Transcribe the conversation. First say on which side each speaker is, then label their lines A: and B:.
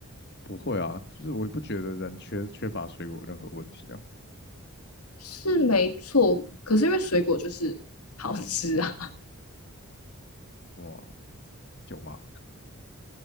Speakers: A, on the left; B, on the left.
A: 不会啊，就是我也不觉得人缺缺乏水果有任何问题啊。
B: 是没错。可是因为水果就是好吃啊，
A: 哇，有吗？